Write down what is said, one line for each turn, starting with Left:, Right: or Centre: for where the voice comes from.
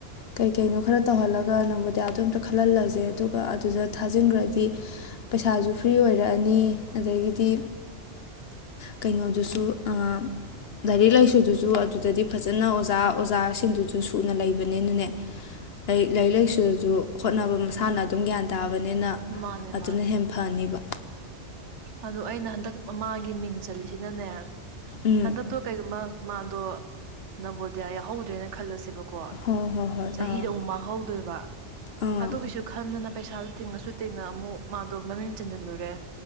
Left: ꯀꯩꯀꯩꯅꯣ ꯈꯔ ꯇꯧꯍꯜꯂꯒ ꯅꯣꯡꯕꯣꯗꯤꯌꯥꯗꯣ ꯑꯝꯇ ꯈꯜꯍꯜꯂꯁꯦ ꯑꯗꯨꯒ ꯑꯗꯨꯗ ꯊꯥꯖꯤꯟꯒ꯭ꯔꯗꯤ ꯄꯩꯁꯥꯁꯨ ꯐ꯭ꯔꯤ ꯑꯣꯏꯔꯛꯑꯅꯤ ꯑꯗꯒꯤꯗꯤ ꯀꯩꯅꯣꯗꯨꯁꯨ ꯑ ꯂꯥꯏꯔꯤꯛ ꯂꯥꯏꯁꯨꯗꯨꯁꯨ ꯑꯗꯨꯗꯗꯤ ꯐꯖꯅ ꯑꯣꯖꯥ ꯑꯣꯖꯥꯁꯤꯡꯗꯨꯁꯨ ꯁꯨꯅ ꯂꯩꯕꯅꯤꯅꯅꯦ ꯂꯥꯏꯛ ꯂꯥꯏꯔꯤꯛ ꯂꯥꯏꯁꯨꯁꯨ ꯍꯣꯠꯅꯕ ꯃꯁꯥꯅ ꯑꯗꯨꯝ ꯒ꯭ꯌꯥꯟ ꯇꯥꯕꯅꯤꯅ
Right: ꯃꯥꯅꯦ
Left: ꯑꯗꯨꯅ
Right: ꯃꯥꯅꯦ
Left: ꯍꯦꯟꯅ ꯐꯅꯤꯕ
Right: ꯑꯗꯣ ꯑꯩꯅ ꯍꯟꯗꯛ ꯃꯃꯥꯒꯤ ꯃꯤꯡ ꯆꯜꯂꯤꯁꯤꯅꯅꯦ
Left: ꯎꯝ
Right: ꯍꯟꯗꯛ ꯇꯣ ꯀꯩꯒꯨꯝꯕ ꯃꯥꯗꯣ ꯅꯕꯣꯗꯤꯌꯥ ꯌꯥꯎꯍꯧꯗ꯭ꯔꯦꯅ ꯈꯜꯂꯁꯦꯕ ꯀꯣ
Left: ꯍꯣꯏ ꯍꯣꯏ ꯍꯣꯏ
Right: ꯆꯍꯤꯗꯨ
Left: ꯑꯥ
Right: ꯑꯃꯨꯛ ꯃꯥꯡꯍꯧꯗꯣꯏꯕ
Left: ꯑꯥ
Right: ꯑꯗꯨꯒꯤꯁꯨ ꯈꯟꯗꯅ ꯄꯩꯁꯥꯗꯨ ꯇꯤꯡꯉꯁꯨ ꯇꯤꯡꯅ ꯑꯃꯨꯛ ꯃꯥꯗꯣ ꯃꯃꯤꯡ ꯆꯟꯖꯜꯂꯨꯔꯦ